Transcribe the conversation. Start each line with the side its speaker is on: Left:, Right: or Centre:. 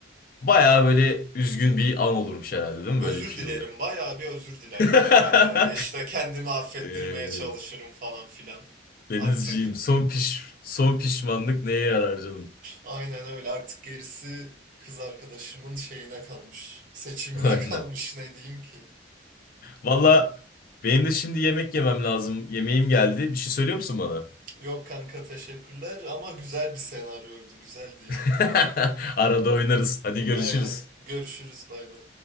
Left: Baya böyle üzgün bir an olurmuş herhalde değil mi?
Right: Özür
Left: Böyle bir şey
Right: dilerim,
Left: oldu.
Right: bayağı bir özür dilerdim
Left: <laughs>
Right: herhalde. E İşte kendimi affettirmeye
Left: Eee
Right: çalışırım falan filan.
Left: Denizciğim
Right: Artık
Left: son piş son pişmanlık neye yarar canım?
Right: aynen öyle artık gerisi kız arkadaşımın şeyine kalmış. Seçimine
Left: <laughs> Aynen.
Right: kalmış ne diyeyim ki.
Left: Valla benim de şimdi yemek yemem lazım. Yemeğim geldi. Bir şey söylüyor musun bana?
Right: Yok kanka teşekkürler ama güzel bir senaryoydu, güzeldi yani.
Left: <laughs> Arada oynarız. Hadi görüşürüz.
Right: Aynen. Görüşürüz bay bay.